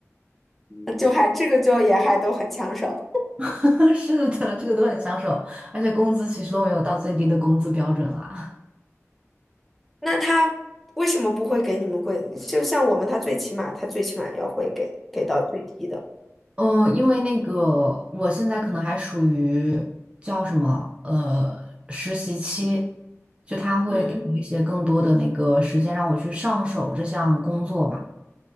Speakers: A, in the centre; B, on the right.
A: 呃就还这个就也还都很抢手。
B: <laughs> 是的，这个都很抢手，而且工资其实都没有到最低的工资标准啦。
A: 那他为什么不会给你们贵？就像我们，他最起码他最起码要会给给到最低的。
B: <laughs> 嗯，因为那个我现在可能还属于叫什么呃实习期，就他会给我一些更多的那个时间让我去上手这项工作吧，
A: 嗯，